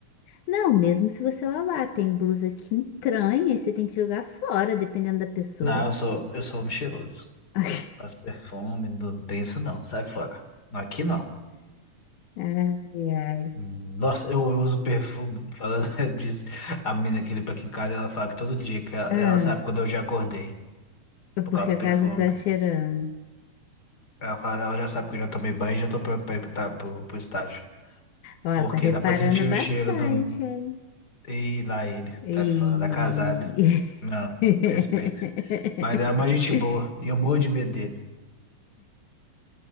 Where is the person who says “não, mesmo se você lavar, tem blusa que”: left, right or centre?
Left